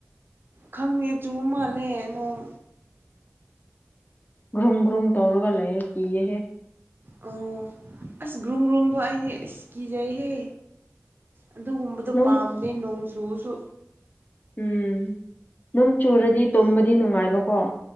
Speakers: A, on the right; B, on the left.
A: ꯈꯪꯗꯦ ꯆꯨꯕ ꯃꯥꯜꯂꯦ ꯅꯣꯡ
B: ꯒ꯭ꯔꯨꯡ ꯒ꯭ꯔꯨꯡ ꯇꯧꯔꯒ ꯂꯩꯌꯦ ꯀꯤꯑꯦꯍꯦ
A: ꯑꯣ ꯑꯁ ꯒ꯭ꯔꯨꯡ ꯒ꯭ꯔꯨꯡꯗꯣ ꯑꯩꯗꯤ ꯑꯁ ꯀꯤꯖꯩꯍꯦ ꯑꯗꯨꯒꯨꯝꯕꯗꯣ
B: ꯅꯪ
A: ꯄꯥꯝꯗꯦ ꯅꯣꯡ ꯆꯨꯔꯁꯨ
B: ꯎꯝ ꯅꯨꯡ ꯆꯨꯔꯗꯤ ꯇꯨꯝꯕꯗꯤ ꯅꯨꯡꯉꯥꯏꯕꯀꯣ